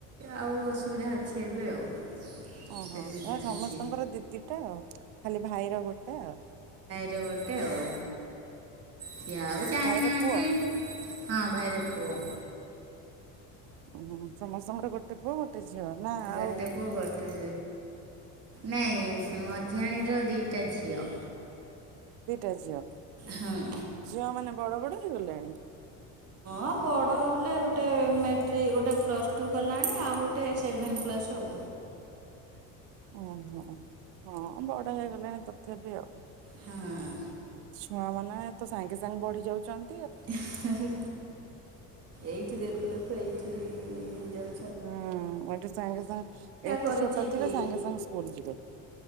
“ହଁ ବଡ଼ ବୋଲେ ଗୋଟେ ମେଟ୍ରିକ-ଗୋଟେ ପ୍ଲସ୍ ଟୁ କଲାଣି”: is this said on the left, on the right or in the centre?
Right